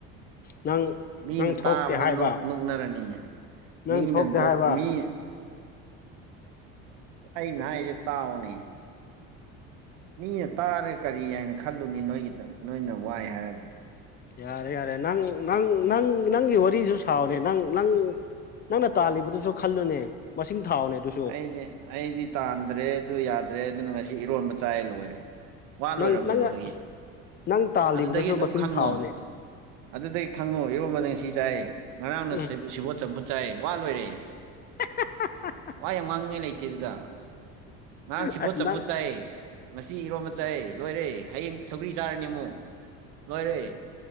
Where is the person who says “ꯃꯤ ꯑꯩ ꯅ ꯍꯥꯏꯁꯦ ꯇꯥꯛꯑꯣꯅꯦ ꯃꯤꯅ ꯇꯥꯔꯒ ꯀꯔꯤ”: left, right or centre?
Right